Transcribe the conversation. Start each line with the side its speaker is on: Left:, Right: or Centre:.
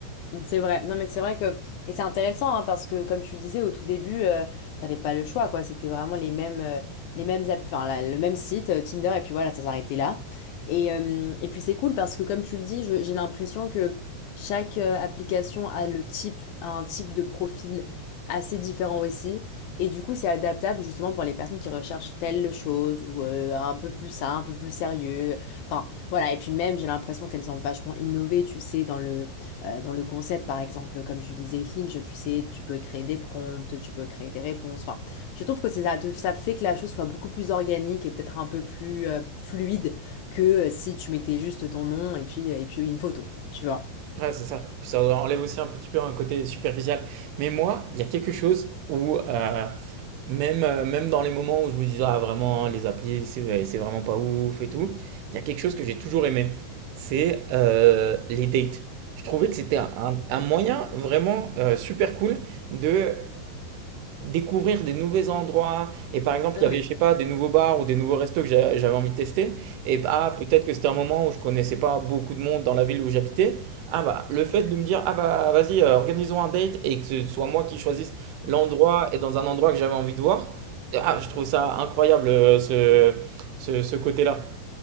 Left: C'est vrai. Non, mais c'est vrai que et c'est intéressant hein, parce que comme tu disais au tout début, euh, t'avais pas le choix quoi. C'était vraiment les mêmes euh, les mêmes app- enfin la- le même site euh, Tinder et puis voilà ça s'arrêtait là. Et euh, et puis c'est cool parce que comme tu le dis, je- j'ai l'impression que chaque euh, application a le type a un type de profil assez différent aussi et du coup c'est adaptable justement pour les personnes qui recherchent telle chose ou euh, un peu plus ça, un peu plus sérieux. Enfin voilà et puis même j'ai l'impression qu'elles ont vachement innové, tu sais dans le euh, dans le concept, par exemple, comme tu disais, Hinge, tu sais, tu peux créer des prompts, tu peux créer des réponses. Enfin, je trouve que c'est ça, de- ça fait que la chose soit beaucoup plus organique et peut-être un peu plus euh, fluide que euh, si tu mettais juste ton nom et puis, euh, et puis une photo, tu vois.
Right: Ouais, c'est ça. Puis ça enlève aussi un petit peu un côté superficiel. Mais moi, il y a quelque chose où euh, Même, euh, même dans les moments où je me disais, ah vraiment, hein, les applis, c'est ouais, c'est vraiment pas ouf et tout, il y a quelque chose que j'ai toujours aimé, c'est euh, les dates. Je trouvais que c'était un, un moyen vraiment euh, super cool de découvrir des nouveaux endroits. Et par exemple,
Left: Ah
Right: il y avait,
Left: oui.
Right: je sais pas, des nouveaux bars ou des nouveaux restos que j'a- j'avais envie de tester. Et bah, peut-être que c'était un moment où je connaissais pas beaucoup de monde dans la ville où j'habitais. Ah bah, le fait de me dire, ah bah, vas-y, euh, organisons un date et que ce soit moi qui choisisse l'endroit et dans un endroit que j'avais envie de voir. Ah, je trouve ça incroyable, euh, ce, ce, ce côté-là.